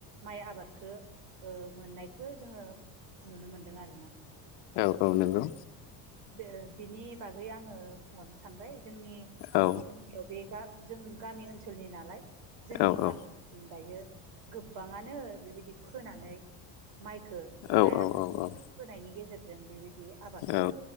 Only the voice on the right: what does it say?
माइ आबादखौ ओ मोननायखौ जोङो नुनो मोनदों आरोना।
ओ बिनि बागै आङो बुंहरनो सानबाय जोंनि
गामियाव बे जों गामि ओनसोलनि नालाय जोंनि
गामिथिं
दायो गोबाङानो बेबायदि फोनानै माइखौ
दा
फोनायनि गेजेरजों बेबायदि आबादखौ